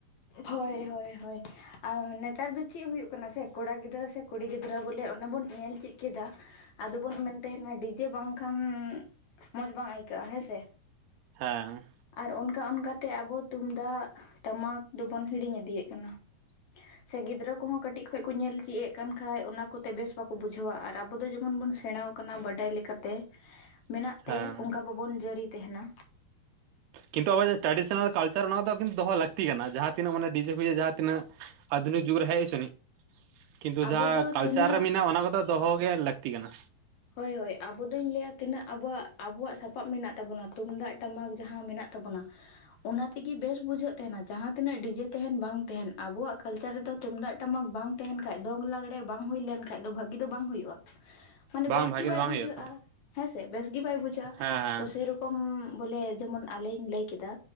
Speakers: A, on the left (about 60°); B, on the right (about 80°).
A: ᱦᱳᱭ ᱦᱳᱭ ᱦᱳᱭ᱾ ᱟᱨ ᱱᱮᱛᱟᱨ ᱫᱚ ᱪᱮᱫ ᱦᱩᱭᱩᱜ ᱠᱟᱱᱟ ᱥᱮ ᱠᱚᱲᱟ ᱜᱤᱫᱽᱨᱟᱹ ᱥᱮ ᱠᱩᱲᱤ ᱜᱤᱫᱽᱨᱟᱹ ᱵᱚᱞᱮ ᱚᱱᱟ ᱵᱚᱱ ᱧᱮᱞ ᱪᱮᱫ ᱠᱮᱫᱟ᱾ ᱟᱫᱚᱵᱚᱱ ᱢᱮᱱ ᱛᱟᱦᱮᱱᱟ ᱰᱤᱡᱮ ᱵᱟᱝᱠᱷᱟᱱ ᱢᱚᱡᱽ ᱵᱟᱝ ᱟᱹᱭᱠᱟᱹᱜᱼᱟ ᱦᱮᱸᱥᱮ᱾
B: ᱦᱮᱸ,
A: ᱟᱨ ᱚᱱᱠᱟ ᱚᱱᱠᱟ ᱛᱮ ᱟᱵᱚ ᱛᱩᱢᱫᱟᱜ ᱴᱟᱢᱟᱠ ᱫᱚᱵᱚᱱ ᱦᱤᱲᱤᱧ ᱤᱫᱤᱭᱮᱫ ᱠᱟᱱᱟ᱾
B: <inaudible>
A: ᱥᱮ ᱜᱤᱫᱽᱨᱟᱹ ᱠᱚᱦᱚᱸ ᱠᱟᱹᱴᱤᱡ ᱠᱷᱚᱡ ᱠᱚ ᱧᱮᱞ ᱪᱮᱫ ᱮᱜ ᱠᱟᱱ ᱠᱷᱟᱡ ᱚᱱᱟ ᱠᱚᱛᱮ ᱵᱮᱥ ᱵᱟᱠᱚ ᱵᱩᱡᱷᱟᱹᱣᱟ, ᱟᱨ ᱟᱵᱚ ᱫᱚ ᱡᱮᱢᱚᱱ ᱵᱚᱱ ᱥᱮᱬᱟᱣ ᱠᱟᱱᱟ ᱵᱟᱰᱟᱭ ᱞᱮᱠᱟᱛᱮ᱾
B: <inaudible>
A: ᱢᱮᱱᱟᱜ ᱛᱮ
B: ᱦᱮᱸ
A: ᱚᱱᱠᱟ ᱵᱟᱵᱚᱱ ᱡᱟᱹᱨᱤᱭ ᱛᱟᱦᱮᱱᱟ᱾
B: ᱠᱤᱱᱛᱩ ᱟᱵᱚᱣᱟᱜ ᱴᱨᱟᱰᱤᱥᱚᱱᱟᱞ ᱠᱟᱞᱪᱟᱨ, ᱚᱱᱟ ᱠᱚ ᱫᱚ ᱠᱤᱱᱛᱩ ᱫᱚᱦᱚ ᱞᱟᱹᱠᱛᱤ ᱠᱟᱱᱟ᱾ ᱡᱟᱦᱟᱸ ᱛᱤᱱᱟᱹᱜ ᱢᱮᱱᱮ ᱰᱤᱡᱮ ᱯᱷᱤᱡᱮ ᱡᱟᱦᱟᱸ ᱛᱤᱱᱟᱹᱜ ᱟᱫᱷᱩᱱᱤᱠ ᱡᱩᱜᱽ ᱨᱮ ᱦᱮᱡ ᱦᱚᱪᱚᱱᱤᱡ᱾ ᱠᱤᱱᱛᱩ
A: ᱟᱵᱚ
B: ᱡᱟᱦᱟᱸ
A: ᱫᱚ
B: ᱠᱟᱞᱪᱟᱨ
A: ᱛᱤᱱᱟᱹᱜ
B: ᱨᱮ ᱢᱮᱱᱟᱜᱼᱟ ᱚᱱᱟ ᱠᱚᱫᱚ ᱫᱚᱦᱚ ᱜᱮ ᱞᱟᱹᱠᱛᱤ ᱠᱟᱱᱟ᱾
A: ᱦᱳᱭ ᱦᱳᱭ, ᱟᱵᱚ ᱫᱚᱧ ᱞᱟᱹᱭᱟ ᱛᱤᱱᱟᱹᱜ ᱟᱵ ᱟᱵᱚᱣᱟᱜ ᱥᱟᱯᱟᱯ ᱢᱮᱱᱟᱜ ᱛᱟᱵᱚᱱᱟ, ᱛᱩᱢᱫᱟᱜ, ᱴᱟᱢᱟᱠ ᱡᱟᱦᱟᱸ ᱢᱮᱱᱟᱜ ᱛᱟᱵᱚᱱᱟ᱾ ᱚᱱᱟ ᱛᱮᱜᱮ ᱵᱮᱥ ᱵᱩᱡᱷᱟᱹᱜ ᱛᱟᱦᱮᱱᱟ, ᱡᱟᱦᱟᱸ ᱛᱤᱱᱟᱹᱜ ᱰᱤᱡᱮ ᱛᱟᱦᱮᱱ ᱵᱟᱝ ᱛᱟᱦᱮᱱ ᱟᱵᱚᱣᱟᱜ ᱠᱟᱞᱪᱟᱨ ᱨᱮᱫᱚ ᱛᱩᱢᱫᱟᱜ ᱴᱟᱢᱟᱠ ᱵᱟᱝ ᱛᱟᱦᱮᱱ ᱠᱷᱟᱡ, ᱫᱚᱝ ᱞᱟᱜᱽᱲᱮ ᱵᱟᱝ ᱦᱩᱭ ᱞᱮᱱ ᱠᱷᱟᱡ ᱫᱚ ᱵᱷᱟᱹᱜᱤ ᱫᱚ ᱵᱟᱝ ᱦᱩᱭᱩᱜᱼᱟ᱾
B: <inaudible>
A: ᱢᱟᱱᱮ ᱵᱮᱥ
B: ᱵᱷᱟᱜᱮ
A: ᱜᱮ
B: ᱫᱚ
A: ᱵᱟᱭ
B: ᱵᱟᱝ
A: ᱵᱩᱡᱷᱟᱹᱜᱼᱟ᱾
B: ᱦᱩᱭᱩᱜᱼᱟ ᱛᱚ
A: ᱦᱮᱸᱥᱮ ᱵᱮᱥ ᱜᱮ ᱵᱟᱭ ᱵᱩᱡᱷᱟᱹᱜᱼᱟ
B: ᱦᱮᱸ ᱦᱮᱸ
A: ᱛᱚ ᱥᱮᱨᱚᱠᱚᱢ, ᱠᱚᱢ ᱵᱚᱞᱮ ᱡᱮᱢᱚᱱ ᱟᱞᱤᱧ ᱞᱟᱹᱭ ᱠᱮᱫᱟ,